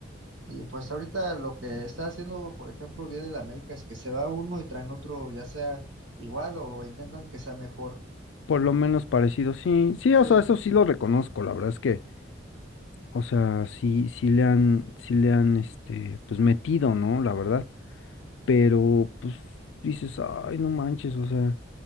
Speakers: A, on the right (about 85°); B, on the left (about 75°).
A: y pues ahorita lo que está haciendo, por ejemplo, bien el América es que se va uno y traen otro, ya sea igual o intentan que sea mejor.
B: por lo menos parecido, sí, sí,
A: Sí.
B: o sea, eso sí lo reconozco, la verdad es que, o sea, sí, sí le han, sí le han, este, pues metido, ¿no? La verdad. pero pues dices, ay, no manches, o sea,